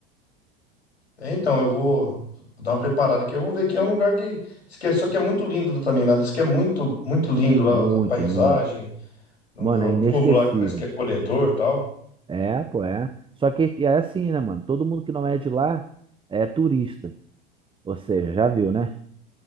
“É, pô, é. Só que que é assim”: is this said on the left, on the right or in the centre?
Right